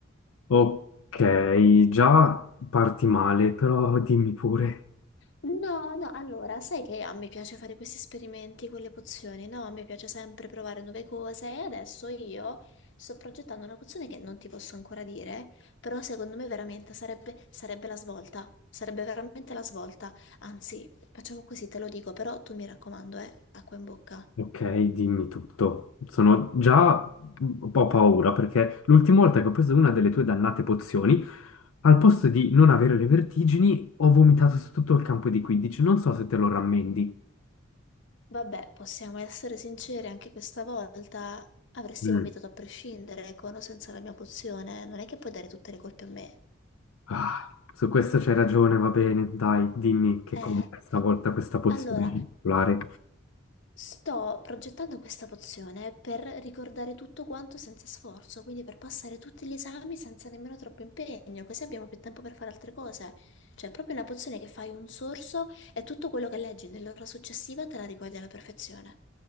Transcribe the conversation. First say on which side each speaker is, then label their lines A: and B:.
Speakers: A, on the left (about 85°); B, on the left (about 60°).
A: Ok, già parti male, però dimmi pure.
B: No, no, allora, sai che a me piace fare questi esperimenti con le pozioni, no? A me piace sempre provare nuove cose e adesso io sto progettando una pozione che non ti posso ancora dire, però secondo me veramente sarebbe, sarebbe la svolta, sarebbe veramente la svolta. Anzi, facciamo così, te lo dico, però tu mi raccomando, eh, acqua in bocca.
A: Ok, dimmi tutto. Sono già un po' paura perché l'ultima volta che ho preso una delle tue dannate pozioni, al posto di non avere le vertigini, ho vomitato su tutto il campo di 15. Non so se te lo rammendi.
B: Vabbè, possiamo essere sinceri, anche questa volta avresti
A: Mm.
B: vomitato a prescindere, con o senza la mia pozione, non è che puoi dare tutte le colpe a me.
A: Ah, su questo c'hai ragione, va bene. Dai, dimmi che
B: Eh,
A: cos'è stavolta questa pozione
B: allora,
A: particolare.
B: sto progettando questa pozione per ricordare tutto quanto senza sforzo, quindi per passare tutti gli esami senza nemmeno troppo impegno, così abbiamo più tempo per fare altre cose. Cioè, è proprio una pozione che fai un sorso e tutto quello che leggi nell'ora successiva te la ricordi alla perfezione.